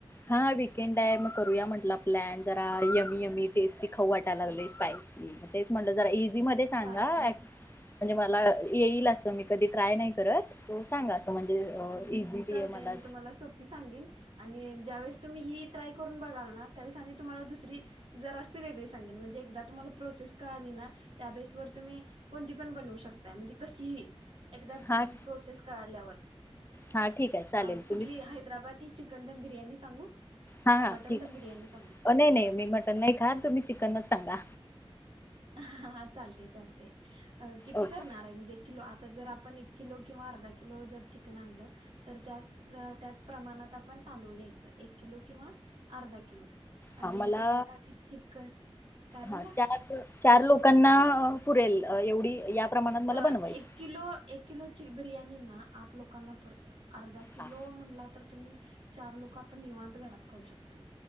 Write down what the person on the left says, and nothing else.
हा वीकेंड आहे मग करूया म्हटलं प्लॅन जरा यमी यमी टेस्टी खाऊ वाटाय लागलंय स्पायसी तेच म्हटलं जरा <unintelligible> मध्ये सांगा
म्हणजे
मला येईल असं मी कधी ट्राय नाही करत तो सांगा. असं म्हणजे
इझिली
मला
हा
हा ठीक आहे चालेल
तुम्ही
हा
ठीक
आहे
नाही नाही मी मटन नाही खा तुम्ही चिकनच सांगा.
ओके
हां
मला
हां चार चार लोकांना अं पुरेल अ, एवढी या प्रमाणात मला
बनवायची
हां